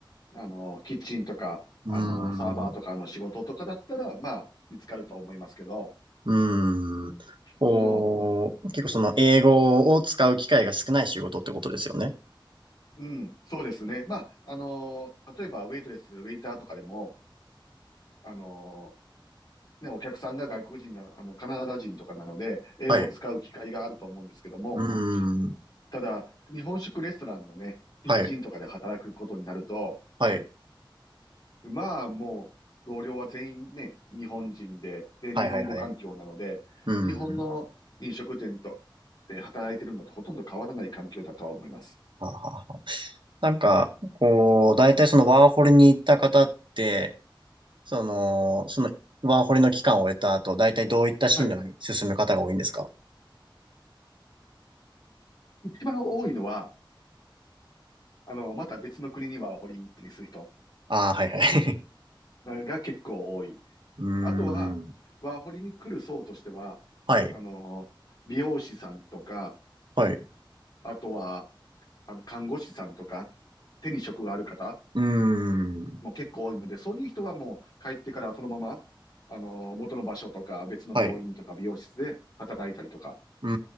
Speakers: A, on the left; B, on the right.
A: あの、キッチンとか、
B: うーん。
A: あの、サーバーとかの仕事とかだったら、まあ、見つかると思いますけど、
B: うーん。こう、
A: その、
B: 結構その英語を使う機会が少ない仕事ってことですよね。
A: ほうん、そうですね。まあ、あの、例えば、ウェイトレス、ウェイターとかでも、あの、ね、お客さんが外国人な、あの、カナダ人とかなので、英語を使う機会があると思うんですけども、
B: はい。うーん。
A: ただ、日本食レストランのね、キッチンとかで働くことになると、
B: はい。はい。
A: まあ、もう、同僚は全員ね、日本人で、で、
B: はいはいはい。
A: 日本語環境なので、
B: うーん。
A: 日本の飲食店と、で、働いてるのとほとんど変わらない環境だとは思います。
B: はあはあはあなんか、こう、大体そのワーホリに行った方って、その、そのワーホリの期間を終えた後、大体どういった進路に進む方が多いんですか
A: はい。一番多いのは、あの、また別の国にワーホリ行ったりする人
B: ああー、はいはい。
A: が、が結構多い。
B: <laughs> うーん。
A: あとは、ワーホリに来る層としては、
B: はい。
A: あの、美容師さんとか、
B: はい。
A: あとは、あの、看護師さんとか、手に職がある方
B: うーん。
A: も結構多いので、そういう人はもう帰ってからそのまま、あの、元の場所とか別の病院とか美容室で働いたりとか
B: はい。うー